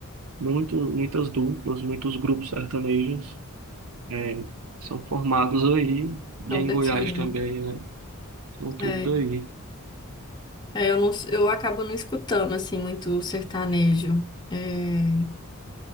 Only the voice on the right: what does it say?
muito, muitas duplas, muitos grupos sertanejos É, são formados aí,
e em
Goiás
também, né? São tudo
daí.